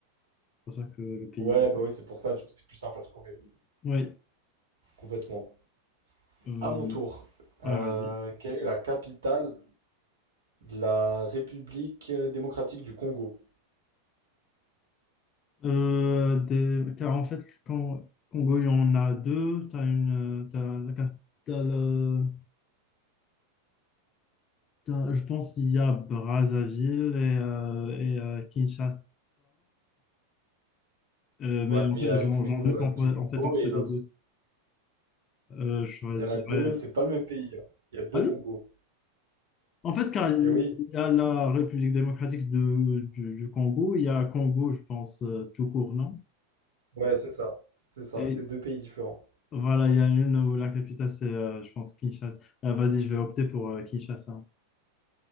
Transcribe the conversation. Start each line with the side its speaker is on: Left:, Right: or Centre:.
Left: C'est pour ça que le pays.
Right: Ouais, bah oui, c'est pour ça, du coup, c'est plus simple à trouver.
Left: Oui.
Right: Complètement.
Left: Euh...
Right: À mon tour. Euh,
Left: Ouais, vas-y.
Right: quelle est la capitale de la République euh, démocratique du Congo?
Left: Euh, des- Car en fait, quand Congo, il y en a deux. T'as une. euh, T'as la cap- t'as le- t'as- Je pense qu'il y a Brazzaville et, euh, et, euh, Kinshasa. Euh,
Right: Ouais,
Left: mais en
Right: mais
Left: fait,
Right: il y a la
Left: j'en
Right: République
Left: j'en
Right: de-
Left: doute
Right: euh,
Left: en
Right: du
Left: en
Right: Congo
Left: fait, entre
Right: et
Left: les
Right: l'autre.
Left: deux. Euh, je choisirais.
Right: Il y en a deux, c'est pas le même pays. hein. Il y a deux
Left: Ah oui?
Right: Congos.
Left: En fait, car il
Right: Et oui,
Left: y a la République démocratique de- du, du Congo, il y a Congo, je pense, euh, tout court, non?
Right: ouais, c'est ça. C'est ça,
Left: Et
Right: c'est deux pays différents.
Left: voilà, il y a une où la capitale, c'est, euh, je pense, Kinshasa. Ah, vas-y, je vais opter pour euh, Kinshasa.